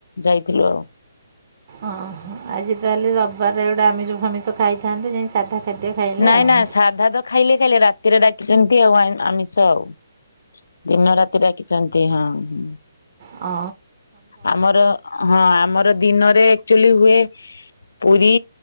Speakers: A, on the left; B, on the right.
A: ଯାଇଥିଲୁ ଆଉ।
B: ଅଁ ହ, ଆଜି ତାହେଲେ ରବିବାର ଗୋଟେ ଆମିଷ ଫାମିଷ ଖାଇଥାନ୍ତେ ଯାଇ ସାଧା ଖାଦ୍ୟ ଖାଇଲେ
A: ନାଇଁ-ନାଇଁ
B: ଆଉ
A: ସାଧା ତ ଖାଇଲେ ଖାଇଲେ ରାତିରେ ଡାକିଛନ୍ତି ଆଉ ଆଇଁ ଆମିଷ ଆଉ। ଦିନ ରାତି ଡାକିଛନ୍ତି ହଁ ହୁଁ।
B: ଅ
A: ଆମର ହଁ ଆମର ଦିନରେ ଆକ୍ଚୁଆଲି ହୁଏ ପୁରି